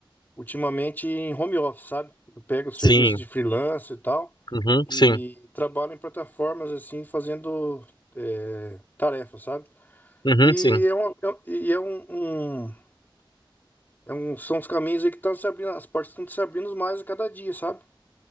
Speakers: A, on the left (about 20°); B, on the left (about 60°).
A: ultimamente, em home office, sabe? Eu pego serviço
B: Sim,
A: de freelance e tal,
B: uhum,
A: e
B: sim,
A: trabalho em plataformas, assim, fazendo é, tarefas, sabe?
B: uhum,
A: E
B: sim.
A: é, uma, é, e é um, um- é um- são os caminhos aí que estão se abrindo, as portas estão se abrindo mais a cada dia, sabe?